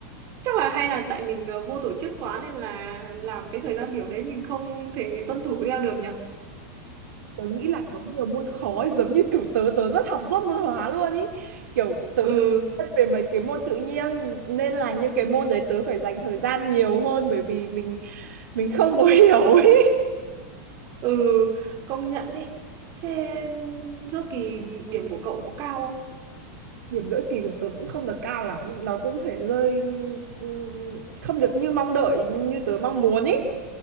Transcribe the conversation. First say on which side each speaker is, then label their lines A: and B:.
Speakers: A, on the right; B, on the right.
A: chắc là hay là tại mình ờ, vô tổ chức quá nên là làm cái thời gian biểu đấy mình không thể tuân thủ theo được nhở.
B: tớ nghĩ là có nhiều môn khó ấy, giống như kiểu tớ tớ rất học dốt môn hóa luôn ý kiểu tớ
A: Ừ,
B: không biết về mấy cái môn tự nhiên nên là những cái môn đấy tớ phải dành thời gian nhiều hơn bởi vì mình mình không có <laughs> hiểu ý.
A: ừ, công nhận ấy. Thế giữa kỳ điểm của cậu có cao không?
B: điểm giữa kỳ của tớ cũng không được cao lắm nó cũng phải rơi ừm, không được như mong đợi như tớ mong muốn ý